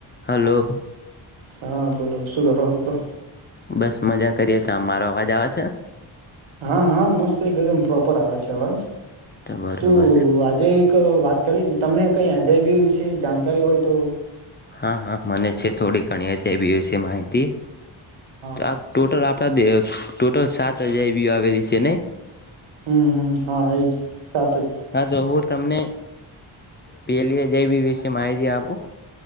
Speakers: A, on the left; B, on the right.
A: Hello
B: હા બોલો શું કરો હતો
A: બસ મજા કરીએ તમારો અવાજ આવ છે.
B: હા હા મસ્ત એકદમ પ્રોપર આવે છે અવાજ
A: તો બરોબર
B: શું આજે એક વાત કરી હતી તમને કઈ અજયબી વિશે જાણકારી હોય તો
A: હા હા મને છે થોડી ઘણીએ છે એ બી વિશે માહિતી
B: હા
A: આ ટોટલ આપ ત ટોટલ સાત હજાર એવીી આવેલી છેને
B: હમ હમ હા એજ સાત જ
A: હા તો હું તમને પેલી જેબી વિશે માહિતી આપું